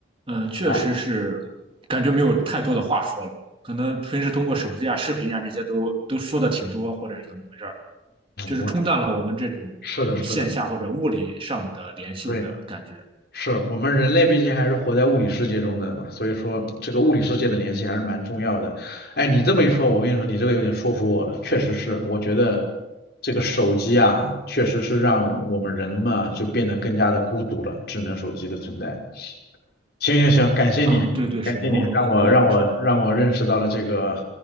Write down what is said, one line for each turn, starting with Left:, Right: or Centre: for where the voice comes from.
Right: 嗯、确实是
Left: 啊
Right: 感觉没有太多的话说了，可能平时通过手机啊、视频啊这些都都说的挺多，或者是怎么回事儿，就是冲淡了我们这种这种线下或者物理上的联系的感觉。
Left: 嗯，我是的，是的，对，是我们人类毕竟还是活在物理世界中的嘛，所以说这个物理世界的联系还是蛮重要的。哎，你这么一说，我跟你说，你这个有点说服我了，确实是，我觉得这个手机啊，确实是让我们人嘛就变得更加的孤独了，智能手机的存在。行行行，感谢你，
Right: 嗯，对对，
Left: 感谢你，
Right: 是某种意义上是的，
Left: 让我让我让我认识到了这个